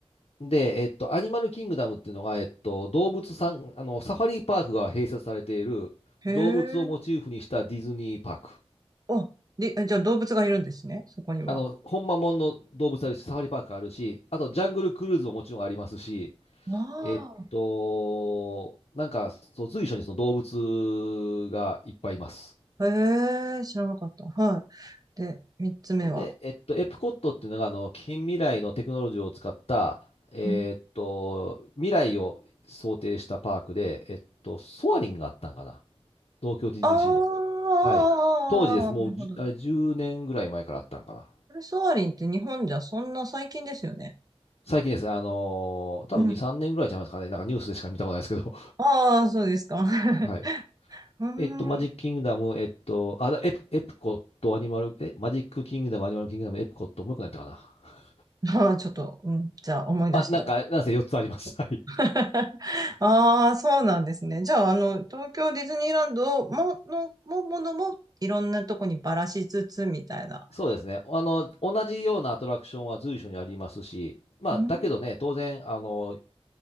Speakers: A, on the left (about 65°); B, on the right (about 35°).
A: で、えっと、アニマルキングダムっていうのが、えっと、動物さん、あの、サファリパークが併設されている動物をモチーフにしたディズニーパーク。
B: へえ。あ、で、じゃあ動物がいるんですね。そこには。
A: あの、ほんまもんの動物あるし、サファリパークあるし、あとジャングルクルーズももちろんありますし、
B: あ
A: えっと、なんか、そう、随所にその動物がいっぱいいます。
B: あ。へえ、知らなかった。はい。で、三つ目は。
A: ほんで、えっと、エプコットっていうのが、あの、近未来のテクノロジーを使った、えっと、
B: うん
A: 未来を想定したパークで、えっと、ソアリンがあったんかな。東京 TGC
B: ああ
A: の。はい。
B: ー、
A: 当時です。もうじゅあれ10年ぐらい前からあったんかな。
B: なるほど。これソアリンって日本じゃそんな最近ですよね。
A: 最近ですね、あのー多分2、
B: うん。
A: 3年ぐらいちゃいますかね。なんかニュースでしか見たことないですけど。
B: ああ、そうですか。<laughs>
A: <laughs> はい。
B: うーん。
A: えっと、マジックキングダム、えっと、あ、だエプ、エプコット、アニマル、え、マジックキングダム、アニマルキングダム、エプコット、もう一個何やったかな。
B: ああ、ちょっと、うん、じゃあ思い出したら。
A: まあ、なんか、なんせ4つあります。<laughs> はい。
B: <laughs> ああ、そうなんですね。じゃあ、あの、東京ディズニーランドも、の、も、ものも、いろんなとこにばらしつつ、みたいな。
A: そうですね。あの、同じようなアトラクションは随所にありますし、まあ、
B: うん、
A: だけどね、当然、あの、